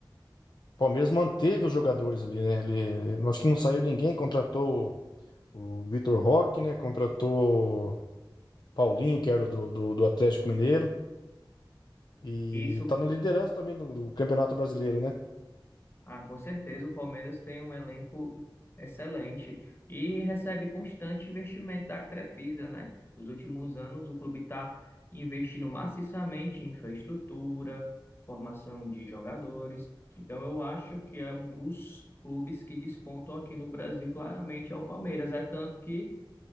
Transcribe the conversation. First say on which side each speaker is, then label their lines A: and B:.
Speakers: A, on the left; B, on the left.
A: Palmeiras manteve os jogadores ali, né? Ele, eu acho que não saiu ninguém, contratou o Vitor Roque, né? Contratou o Paulinho, que era do, do, do Atlético Mineiro, e
B: Isso
A: tá na liderança também do, do Campeonato Brasileiro, né?
B: Ah, com certeza, o Palmeiras tem um elenco excelente e recebe constante investimento da Crefisa, né? Nos últimos anos, o clube está investindo maciçamente em infraestrutura, formação de jogadores. Então, eu acho que é um dos clubes que despontam aqui no Brasil, claramente, é o Palmeiras. É tanto que